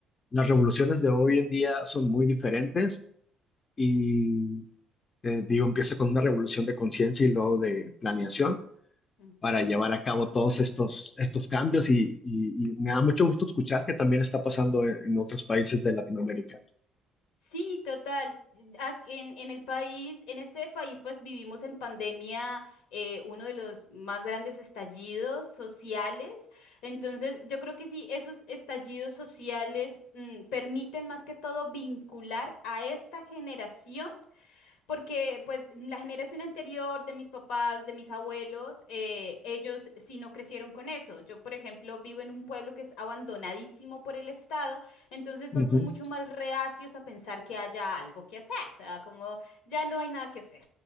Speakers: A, on the left; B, on the left.
A: Las revoluciones de hoy en día son muy diferentes y, eh, digo, empieza con una revolución de conciencia y luego de planeación
B: ujú.
A: para llevar a cabo todos estos, estos cambios y, y- y me da mucho gusto escuchar que también está pasando en, en otros países de Latinoamérica.
B: Sí, total. Ac- En, en el país, en este país, pues vivimos en pandemia eh, uno de los más grandes estallidos sociales. Entonces, yo creo que sí, esos estallidos sociales mm, permiten más que todo vincular a esta generación porque pues la generación anterior de mis papás, de mis abuelos, eh, ellos sí no crecieron con eso. Yo, por ejemplo, vivo en un pueblo que es abandonadísimo por el Estado, entonces
A: Ujú.
B: son mucho más reacios a pensar que haya algo que hacer. O sea, como ya no hay nada que hacer.